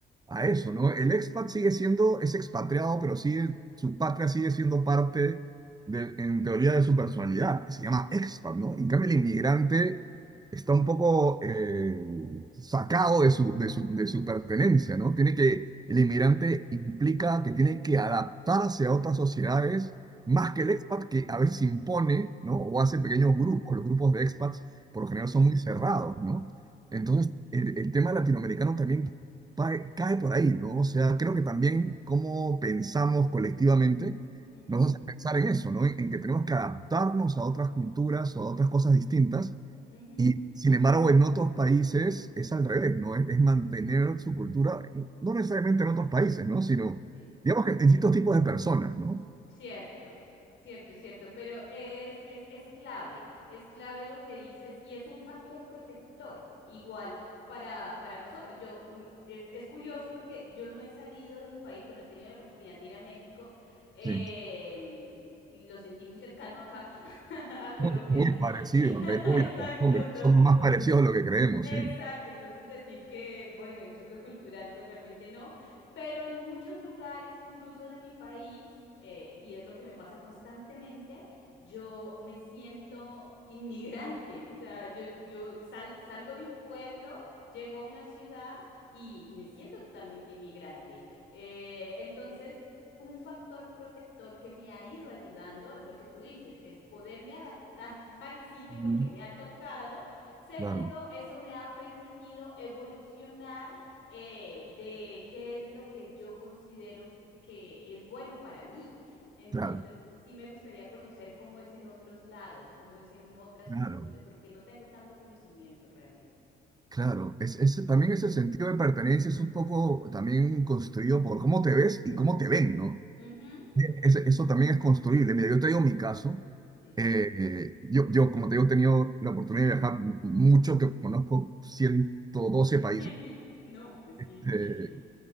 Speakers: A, on the right; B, on the left.
A: a eso, ¿no? El expat sigue siendo, es expatriado, pero sigue, su patria sigue siendo parte, de, en teoría, de su personalidad, que se llama expat, ¿no? En cambio, el inmigrante está un poco eh, sacado de su, de su, de su pertenencia, ¿no? Tiene que, el inmigrante
B: Sí.
A: implica que tiene que adaptarse a otras sociedades, más
B: ujú,
A: que el expat, que a veces impone, ¿no? O hace pequeños
B: ujú,
A: grupos, los grupos de expats por
B: Sí.
A: lo general son muy cerrados, ¿no?
B: ujú,
A: Entonces, el, el tema latinoamericano también pa- cae por ahí, ¿no? O sea, creo que también cómo pensamos colectivamente
B: ujú,
A: nos hace pensar en eso, ¿no? En, en que tenemos que adaptarnos a otras culturas o a otras cosas distintas.
B: ujú,
A: Y sin embargo, en otros países es al revés, ¿no? Es, es mantener su cultura, eh, no necesariamente en otros países, ¿no? Sino,
B: Sí.
A: digamos que en distintos tipos de personas, ¿no?
B: Cierto, cierto, cierto, pero es, es, es clave, es clave lo que dices y es un factor protector igual para, para nosotros. Yo, mm, es, es curioso porque yo no he salido de mi país, bueno, he tenido la oportunidad de ir a México, em,
A: Sí.
B: y lo sentí muy cercano acá, <laughs> a Colombia,
A: Muy, muy parecido,
B: <laughs>
A: Perú
B: exacto,
A: y Argentina,
B: entonces
A: somos más
B: pues
A: parecidos a lo que creemos,
B: Exacto,
A: sí.
B: entonces decir que, bueno, el choque cultural, pues realmente no, pero en muchos lugares, incluso de mi país, eh, y es lo que me pasa constantemente, yo me siento inmigrante, o sea, yo, yo sal- salgo de un pueblo, llego a una ciudad y me siento totalmente inmigrante. Eh, entonces... Un factor protector que me ha ido ayudando es lo que tú dices, es poderme adaptar <laughs> al sitio
A: Mm,
B: porque me ha tocado Segundo,
A: Claro,
B: eso me ha permitido evolucionar eh, de qué es lo que yo considero que es bueno para mí. Entonces,
A: claro,
B: sí me gustaría conocer cómo es en otros lados, cómo es en otras
A: claro.
B: culturas, porque no tengo tanto conocimiento realmente.
A: Claro, es, es- también ese sentido de pertenencia es un poco también construido por cómo te ves y cómo te ven, ¿no?
B: Ujú,
A: Es- eso también es construible. Mira, yo te digo mi caso.
B: sí.
A: Eh, eh, yo, yo, como te digo, he tenido la oportunidad de viajar m- mucho, que conozco 112
B: <laughs>
A: países.
B: No, pues sí,
A: Eh,
B: muchísimo.